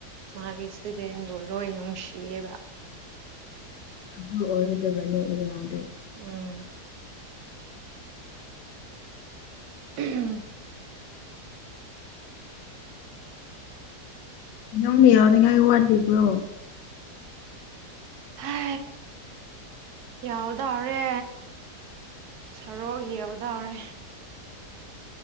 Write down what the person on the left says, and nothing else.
ꯑꯗꯨ ꯑꯣꯏꯒꯗꯕꯅꯤ ꯑꯣꯖꯥꯗꯤ
ꯌꯨꯝꯃꯤ ꯌꯥꯎꯅꯤꯡꯉꯥꯏ ꯋꯥꯠꯂꯤꯕ꯭ꯔꯣ